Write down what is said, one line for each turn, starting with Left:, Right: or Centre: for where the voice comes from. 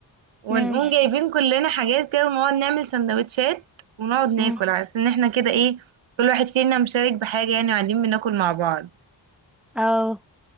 Right: ونقوم
Centre: مم.
Right: جايبين كلنا حاجات كده ونقعد نعمل سندوتشات ونقعد ناكل
Centre: مم.
Right: على اساس ان احنا كده ايه كل واحد فينا مشارك بحاجه يعني وقاعدين بناكل مع بعض
Centre: اه